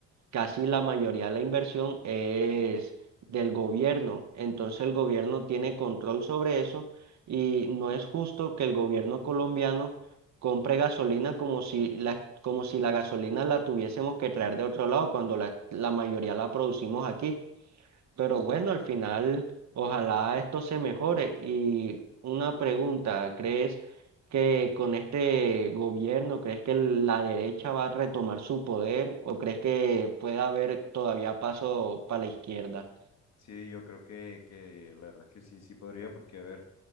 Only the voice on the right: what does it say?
casi la mayoría de la inversión es del gobierno. Entonces el gobierno tiene control sobre eso y no es justo que el gobierno colombiano compre gasolina como si la, como si la gasolina la tuviésemos que traer de otro lado cuando la, la mayoría la producimos aquí. Pero bueno, al final, ojalá esto se mejore. Y una pregunta, ¿crees que con este gobierno, crees que la derecha va a retomar su poder o crees que pueda haber todavía paso para la izquierda?